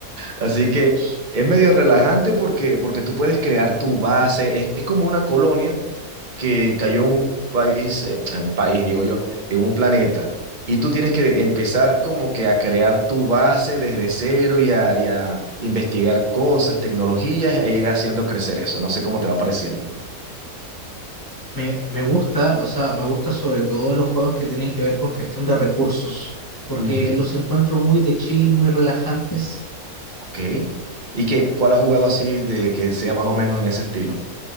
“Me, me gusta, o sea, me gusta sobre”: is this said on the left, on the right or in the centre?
Left